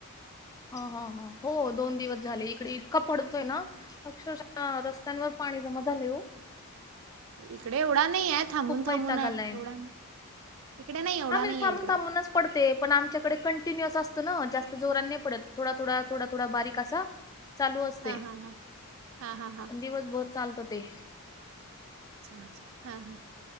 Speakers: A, on the left (about 15°); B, on the right (about 65°).
A: हा हा हा हो दोन दिवस झाले, इकडे इतकां पडतोय ना अक्षरशः रस्त्यांवर पाणी जमा झालयं ओ
B: इकडे एवढा नाईये थांबून
A: खूप
B: थांबून
A: वैताग
B: आयं
A: आलाय.
B: एवढा नायं इकडे नाई एवढा
A: हा म्हणजे
B: नाइये
A: थांबून
B: इकड
A: थांबूनच पडते पण आमच्याकडे कंटिन्युअस असतं न जास्त जोरांनी नाई पडत थोडा थोडा थोडा थोडा बारीक असा चालू असतयं
B: हा हा हा हा हा हा
A: आणं दिवसभर चालत ते
B: अच्छा अच्छा हा हा